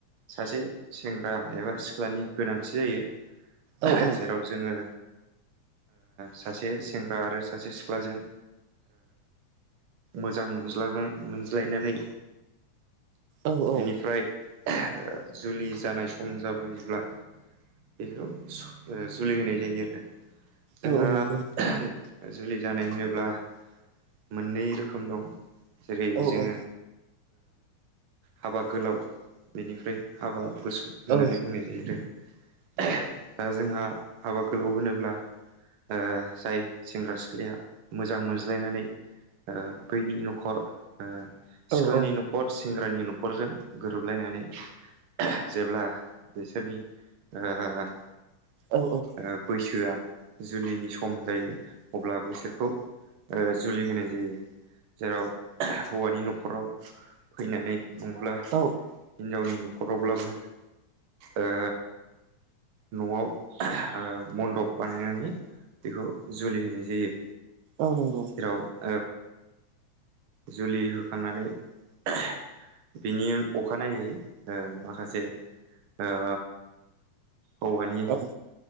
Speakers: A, on the right; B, on the right.
A: सासे सेंग्रा एबा सिख्लानि गोनांथि जायो।
B: औ औ
A: जेराव जोङो सासे सेंग्रा आरो सासे सिख्लाजों मोजां मोनज्लानाय मोनज्लायनानै
B: औ
A: बिनिफ्राय
B: औ
A: <unintelligible> जुलि जानाय सम जाबोयोब्ला बेखौ सु जुलि होनाय जायो आरो जोंहा
B: औ नंगौ नोंथां
A: <unintelligible> जुलि जानाय होनोब्ला मोननै रोखोम दं जेरै
B: औ
A: जोङो
B: औ
A: हाबा ओ गोलाव बेनिफ्राय हाबा गुसु होननानै
B: औ
A: बुंनाय जायो आरो <unintelligible> दा जोंहा हाबा गोलाव होनोब्ला ओ जाय सेंग्रा सिख्लाया मोजां मोनज्लायनानै ओ बैनि न'खर ओ
B: औ
A: सिख्लानि
B: औ
A: न'खर से सेंग्रानि न'खरजों गोरोबलायनानै <unintelligible> जेब्ला बिसोरनि ओ ओ
B: औ
A: बैसोआ जुलिनि सम जायो अब्ला बिसोरखौ ओ जुलि होनाय जायो जेराव <unintelligible> हौवानि न'खराव फैनानै नङाब्ला हिनजावनि
B: औ
A: न खरावब्लाबो ओ न'आव <unintelligible> ओ मन्दप बानायनानै बेखौ जुलि होनाय जायो
B: औ नोंगौ
A: जेराव ओ जुलि होखांनानै <unintelligible> बिनि अखानायै ओ माखासे ओ हौवानि
B: औ